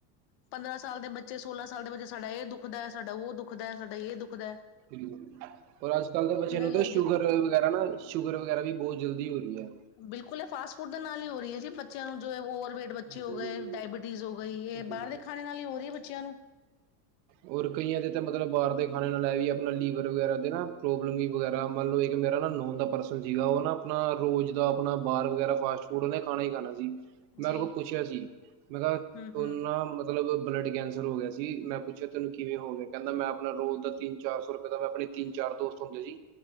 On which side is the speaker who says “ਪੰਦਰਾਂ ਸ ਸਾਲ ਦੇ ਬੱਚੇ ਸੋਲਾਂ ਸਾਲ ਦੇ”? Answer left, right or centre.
Left